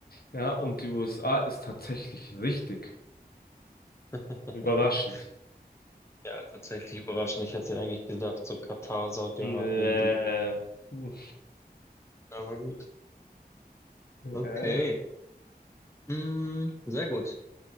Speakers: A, on the left; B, on the left.
A: Ja, und die USA ist tatsächlich richtig.
B: <laughs>
A: Überraschend.
B: Ja, tatsächlich überraschend. Ich hätte eigentlich gedacht, so Katar, Saudi-Arabien,
A: Nee.
B: die.
A: Hm,
B: Aber gut.
A: Ja.
B: Okay. Mm, sehr gut.